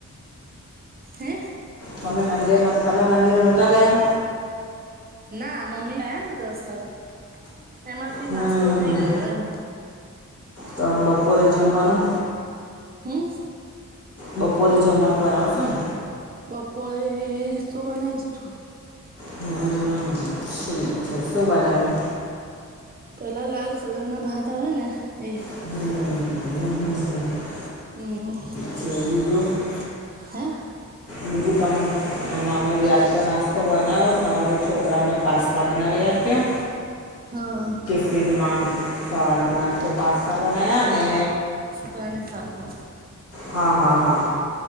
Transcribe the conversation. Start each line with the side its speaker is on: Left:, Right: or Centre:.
Right: હે?
Left: તમે મંદિર માં તમે મંદિર નતા ગયા?
Right: ના મમ્મી આવ્યા ને દસ સાત એમાંથી
Left: હમ
Right: જ નાસ્તો થઈ
Left: હમ
Right: ગયો એમ
Left: તો બપોરે જમવાનું
Right: હમ
Left: બપોરે જમવાનું બનાવશો ને
Right: બપોરે શું બનાવી દીધું
Left: હમ ઠીક છે શું બનાવ્યું
Right: પેલા લાલ કલર ના ભાત આવે ને એ
Left: હમ હ હ હ
Right: હમ
Left: હમ બીજું?
Right: હે
Left: બીજું તમે અને અમેબી આજકાલ નાસ્તો બનાવ્યો સવારે છોકરાઓને પાસ્તા બનાવી આપ્યા
Right: હા
Left: સવારનો નાસ્તો પાસ્તા બનાવ્યા ને
Right: હું અને સાસુ
Left: હા હા હા